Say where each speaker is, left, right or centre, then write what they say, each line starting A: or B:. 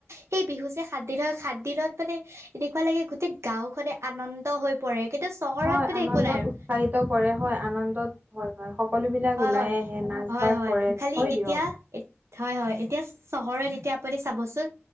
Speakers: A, on the right; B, on the right.
A: সেই বিহু যে সাত দিন সাতদিনত মানে এনেকুৱা লাগে গোটেই গাঁও খনে আনন্দ হৈ পৰে। কিন্তু চহৰত
B: হয়
A: মানে
B: আনন্দত
A: একো নাই আৰু
B: উৎসাহিত কৰে হয়। আনন্দত হয়। হয় সকলো বিলাক
A: হয়
B: ওলাই
A: হয়
B: আহে নাচ
A: হয়
B: বাগ
A: হয়
B: কৰে।
A: খালি
B: হয়
A: এতিয়া
B: দিয়ক।
A: হয় হয় এতিয়া চহৰত এতিয়া আপুনি চাবচোন।